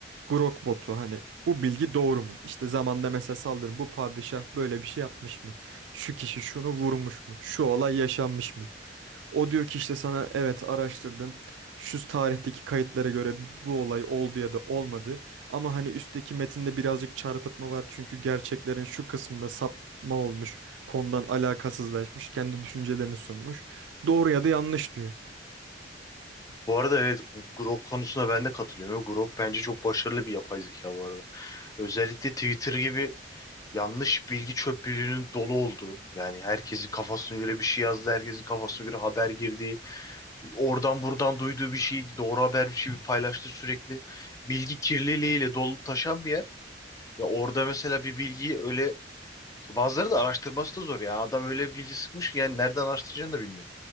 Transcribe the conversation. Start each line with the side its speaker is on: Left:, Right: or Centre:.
Right: Grok botu hani bu bilgi doğru mu? İşte zamanda mesela sallıyorum bu padişah böyle bir şey yapmış mı? Şu kişi şunu vurmuş mu? Şu olay yaşanmış mı? O diyor ki işte sana evet araştırdım. Şu tarihteki kayıtlara göre bu olay oldu ya da olmadı. Ama hani üstteki metinde birazcık çarpıtma var. Çünkü gerçeklerin şu kısmında sapma olmuş. Konudan alakasızlaşmış. Kendi düşüncelerini sunmuş. Doğru ya da yanlış diyor.
Left: Bu arada evet bu Grok konusuna ben de katılıyorum. Grok bence çok başarılı bir yapay zeka bu arada. Özellikle Twitter gibi yanlış bilgi çöplülüğünün dolu olduğu yani herkesin kafasına göre bir şey yazdı herkesin kafasına göre haber girdiği oradan buradan duyduğu bir şeyi doğru habermiş gibi paylaştı sürekli bilgi kirliliğiyle dolup taşan bir yer ve orada mesela bir bilgiyi öyle bazıları da araştırması da zor yani adam öyle bir bilgi sıkmış ki yani nereden araştıracağını da bilmiyor.